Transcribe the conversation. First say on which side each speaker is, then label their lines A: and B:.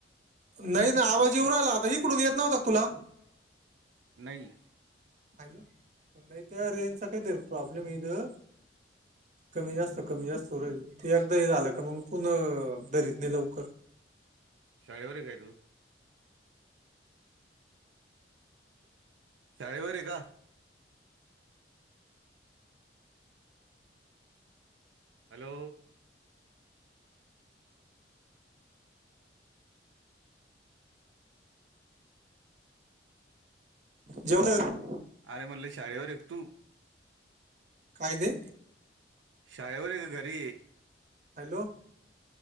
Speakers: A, on the right; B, on the right.
A: नाही ना आवाज येऊ राहिला आता इकडून येत नव्हता का तुला
B: नाही, नाही
A: हॅलो नाही त्या रेंजचा काहीतरी प्रॉब्लेम आहे इथं कमी जास्त कमी जास्त होऊ राहिलं ते एकदा हे झालं का मग पुन्हा धरील ते नाही लवकर
B: शाळेवर हाय काय तू शाळेवर आहे का? हॅलो
A: जेवला का तू?
B: अरे म्हणल शाळेवर एक तू
A: काय ते
B: शाळेवर का घरी ये
A: हॅलो